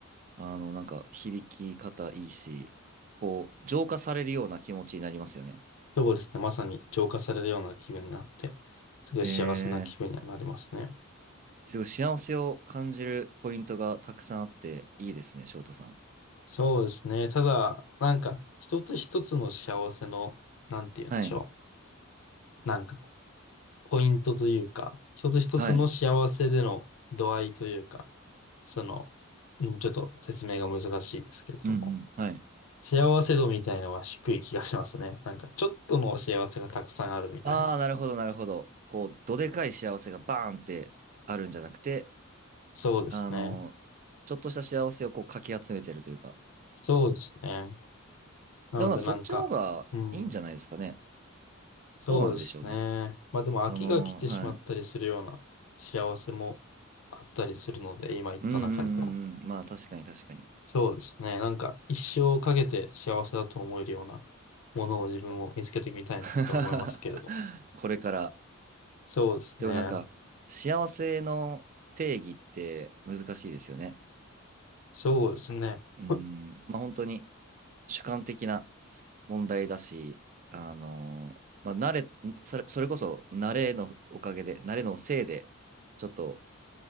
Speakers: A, on the right; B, on the left.
A: あの、なんか響き方いいし、こう、浄化されるような気持ちになりますよね。
B: そうですね、まさに浄化されるような気分になって、すごい幸せな気分にはなりますね。
A: えー、すごい幸せを感じるポイントがたくさんあっていいですね、翔太さん。
B: そうですね。ただ、なんか、一つ一つの幸せの、なんて言うんでしょう。
A: はい。
B: なんか、ポイントというか、一つ一つの幸せでの度合いというか、
A: はい。
B: その、うんちょっと説明が難しいですけれども、
A: うんうん。はい。
B: 幸せ度みたいのは低い気がしますね。なんか、ちょっとの幸せがたくさんあるみたいな。
A: ああ、なるほど、なるほど。こう、どでかい幸せがバーンってあるんじゃなくて、
B: そうですね。
A: あの、ちょっとした幸せをこうかき集めてるというか。
B: そうですね。なので、
A: でもなんかそっちの方がいいんじゃないですかね。
B: なんか、うん。そうですね。
A: どうなんでしょうね。
B: まあでも飽きが来てしまったりするような幸せもあったりするので、
A: その、はい。
B: 今言った中にも。
A: うんうんうんうん。まあ確かに確かに。
B: そうですね。なんか一生かけて幸せだと思えるようなものを自分も見つけてみたいなとは思いますけれども。
A: <laughs> これから
B: そうですね。
A: でもなんか、幸せの定義って難しいですよね。
B: そうですね。
A: うん、
B: <laughs>
A: まあ本当に主観的な問題だし、あのーまあ慣れ、それ、それこそ慣れのおかげで、慣れのせいで、ちょっと、